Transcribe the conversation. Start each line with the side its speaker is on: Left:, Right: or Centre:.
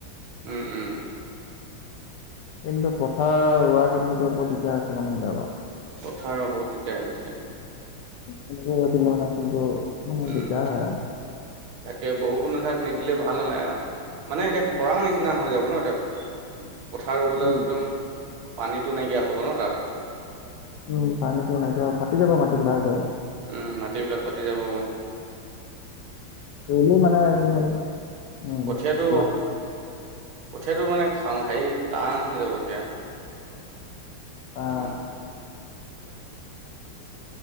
Right: উম উম'
Left: কিন্তু, পথাৰ ৰোৱা গেদিনটো বৰ দিগদাৰ হৈছে মানুহবিলাকৰ।
Right: পথা ৰোৱা বহুত দিগদাৰ হৈ গৈছে।
Left: তেনেকে ৰ'দ দিলে মানে কিন্তু মানে
Right: উম
Left: দিগদাৰ হয় আৰু।
Right: তাকে বৰষুণ এজাক নিদিলে ভাল নালে আও। মানে এতিয়া
Left: উম,
Right: খৰাং নিচিনা হৈ যাব ন এতিয়া, পথাৰ ৰুবলে
Left: উম।
Right: একদম- পানীটো নাইকিয়া হ'ব ন তাত।
Left: উম' পানীতো নাইকিয়া হ'ব ফাটি যাব মাটিবিলাকযে।
Right: উম' মাটিবিলাক ফাটি যাব উম'।
Left: কৰিলোঁ মানে কি হ'ল, উম'
Right: কঠীয়াটো
Left: কোৱা।
Right: কঠীয়াটো মানে খাওঁ হেৰি টান হৈ যাব এতিয়া।
Left: অঁ'
Right: অ